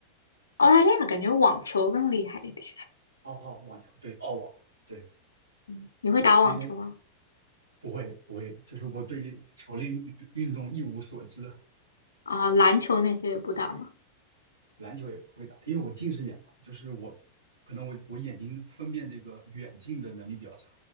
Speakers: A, on the left; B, on the right.
A: 澳大利亚感觉网球更厉害一点，
B: 哦，网球，对，澳网，对，
A: 嗯，你会打网球吗？
B: 应该不会不会，就是我对球类运运动一无所知，
A: 啊，篮球那些也不打吗？
B: 篮球也不会打，因为我近视眼嘛，就是我可能我我眼睛分辨这个远近的能力比较差，